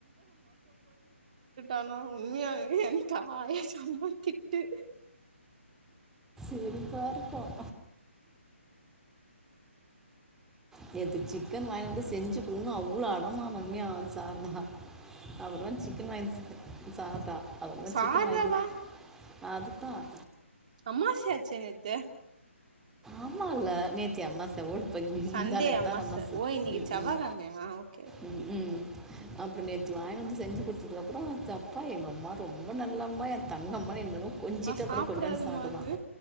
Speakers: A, on the right; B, in the centre.
A: ஆனா உண்மையாலுமே அன்னைக்கு ஆயா செமத்திட்டு
B: சிரிப்பா இருக்கோம் நேத்து சிக்கன் வாங்கினு வந்து செஞ்சுக்குடுன்னு அவ்ளோ அடமாம் ரம்யா சார்தா அப்றமா சிக்கன் வாங் சார்தா அப்புறமா
A: சார்தாவா
B: சிக்கன் வாங்கி அதுதான்
A: அம்மாசையாச்சே நேத்து
B: ஆமா அல்ல நேத்தி அம்மாசை ஓடு
A: சண்டே
B: முந்தாநேத்துதானே
A: அம்மாச
B: அமாச
A: ஓ இன்னைக்கு
B: உம்
A: செவ்வாகெழமையா
B: உம்
A: ஓகே ஓகே
B: உம் உம் அப்ப நேத்து வாங்ட்டு வந்து செஞ்சு குடுத்ததுக்க அப்புறம் சப்பா எங்க அம்மா ரொம்ப நல்ல அம்மா என் தங்கம் ம் எங்க அம்மா கொஞ்சிட்டு அப்புறம்
A: சாப்டாதமா
B: கொஞ்சோண்டு சாத்துதான்
A: அது